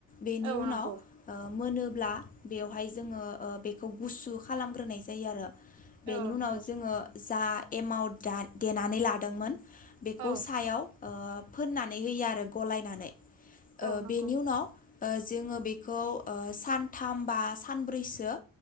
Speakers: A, on the left; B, on the right.
A: बेनि
B: औ
A: उनाव
B: नंगौ
A: ओ मोनोब्ला बेवहाय जोङो ओ बेखौ गुसु खालामग्रोनाय जायो आरो बेनि
B: औ
A: उनाव
B: नंगौ
A: जोङो जा एमाव दा देनानै लादोंमोन बेखौ
B: औ
A: सायाव ओ फोननानै होयो आरो गलायनानै ओ
B: औ नंगौ
A: बेनि उनाव जोङो बेखौ सान थाम बा सानब्रैसो